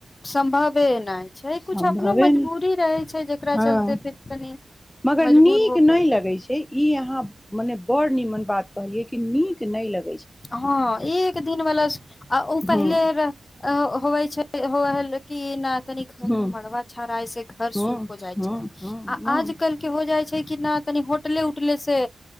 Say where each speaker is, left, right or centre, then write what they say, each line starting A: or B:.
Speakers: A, on the left (about 45°); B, on the left (about 20°).
A: सम्भवे नहि छै
B: सम्भवे
A: किछु अपनो मजबूरी
B: नहि
A: रहै छै जकरा
B: हँ
A: चलते फेर कनि
B: मगर
A: मजबूर
B: नीक
A: हो करके
B: नहि लगैत छै इ आहा मने बड़ निमन बात कहलिये की नीक न लग
A: हँ एक दिन बला ओ
B: हूँ
A: पहिले हो छै मतलब क न तनि घर
B: हूँ
A: मे मड़वा छड़ाइ से घर
B: हूँ
A: शुद्ध हो जाइ
B: हूँ
A: छै
B: हूँ
A: आ
B: हूँ
A: आज कल के हो जाइ छै की नहि तनी होटल उठल से